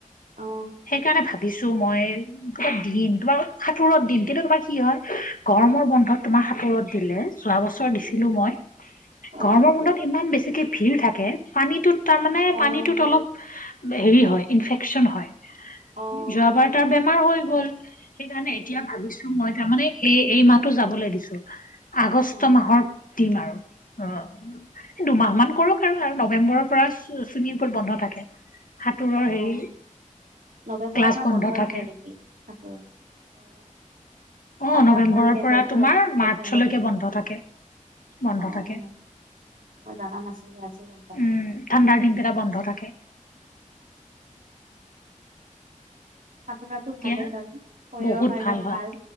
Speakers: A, on the right (about 80°); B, on the left (about 85°).
A: অ',
B: সেইকাৰণে ভাব বিছো মই দিমটো বাৰু সাঁতুৰত দিম কিন্তু তোমাৰ কি হয় গৰমৰ বন্ধত তোমাৰ সাঁতুৰত দিলে যোৱা বছৰ দিছিলোঁ
A: উম,
B: মই
A: অ',
B: গৰমৰ বন্ধত ইমান বেছিকে ভিৰ থাকে পানীটোত তাৰমানে
A: অ',
B: পানীটোত অলপ হেৰি হয় ইনফেকচন হয়
A: অ',
B: যোৱাবাৰ তাৰ বেমাৰ হৈ গ'ল সেইকাৰণে
A: উম,
B: এতিয়া ভাবিছো মই তাৰমানে এই এই মাহটো যাবলৈ দিছো। আগষ্ট
A: অ',
B: মাহৰ দিম আৰু অ দুমাহ মান কৰক আৰু নৱেম্বৰৰ পৰা চু চুইমিং পুল বন্ধ থাকে। সাঁতোৰৰ
A: অ
B: হেৰি
A: নৱেম্বৰৰ
B: ক্লাছ
A: পৰা বন্ধ ৰাখে
B: থাকে
A: নেকি সাঁতোৰৰ অ
B: অ
A: ঠাণ্ডা
B: নৱেম্বৰৰ
A: পৰি আহে
B: পৰা
A: য'ত
B: তোমাৰ
A: সেইকাৰণে
B: মাৰ্চলৈকে
A: চাগে,
B: বন্ধ থাকে, বন্ধ
A: অ'।
B: থাকে।
A: মই জানা নাছিলো আজি গম পালো
B: উম ঠাণ্ডাৰ দিনকেইটা বন্ধ থাকে।
A: সাঁতোৰাটো
B: এতিয়া
A: ভালেই বাৰু শৰীৰৰ
B: বহুত
A: কাৰণেও
B: হয়
A: ভাল